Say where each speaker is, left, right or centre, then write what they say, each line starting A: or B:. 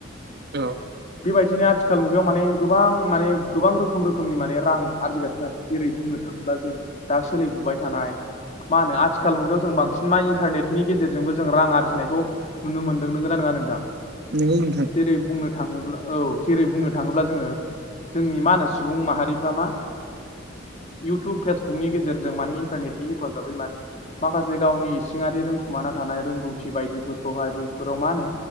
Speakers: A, on the right; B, on the left.
A: औ
B: बेबायदिनो आथिखाल मुगायाव माने गोबां माने गोबां रोखोम रोखोमनि माने रां आरजिगासिनो आरो जेरै बुंनो थाङो ब्ला जों दा सोलिफुबाय थानाय मा होनो आथिखाल मुगायाव जों बांसिन मा इन्टारनेटनि गेजेरजोंबो जों रां आरजिनायखौ नुनो मोन्दों नोंगोना नङा नोंथां?
A: नंगौ नोंथां।
B: जेरै बुंनो औ जेरै बुंनो थाङोब्ला जोङो, जोंनि मा होनो सुबुं माहारिफ्रा मा इउटुब फेसबुकनि गेजेरजों माने इन्टारनेटनि हेफाजाबै माने माखासे गावनि इसिङारि रोंखुमाना थानाय रोंगौथि बायदिफोरखौहाय बैफोराव मा होनो